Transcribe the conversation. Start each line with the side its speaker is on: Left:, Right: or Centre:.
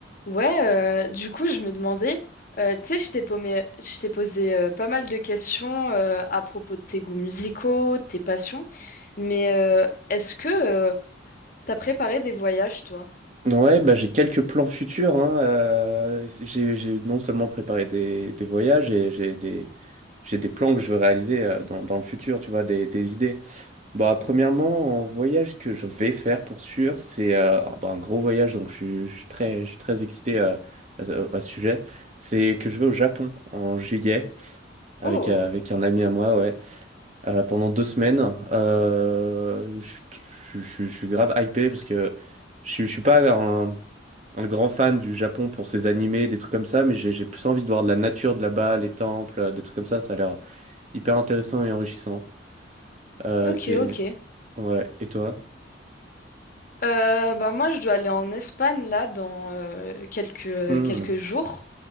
Left: Ouais, euh, du coup, je me demandais, euh, tu sais, je t'ai paumé- je t'ai posé euh, pas mal de questions euh, à propos de tes goûts musicaux, de tes passions, mais euh, est-ce que euh, t'as préparé des voyages, toi?
Right: Ouais, bah, j'ai quelques plans futurs, hein. euh, j'ai, j'ai non seulement préparé des, des voyages, et j'ai des, j'ai des plans que je veux réaliser euh, dans, dans le futur, tu vois, des, des idées. Bah, premièrement, un voyage que je vais faire pour sûr, c'est euh, ah, bah, un gros voyage, donc je suis, je suis très, je suis très excité euh, à, ce à ce sujet. C'est que je vais au Japon en juillet avec,
Left: Oh,
Right: euh, avec un ami à moi, ouais, euh, pendant deux semaines. Euh, je, suis je suis- je suis grave hypé parce que je, suis- je suis pas un, un grand fan du Japon pour ses animés, des trucs comme ça, mais j'ai j'ai plus envie de voir de la nature de là-bas, les temples, euh, des trucs comme ça, ça a l'air hyper intéressant et enrichissant. Euh,
Left: ok,
Right: t'es-
Left: ok.
Right: Ouais, et toi?
Left: Euh, bah moi, je dois aller en Espagne, là, dans euh, quelques, euh,
Right: Hmm,
Left: quelques jours.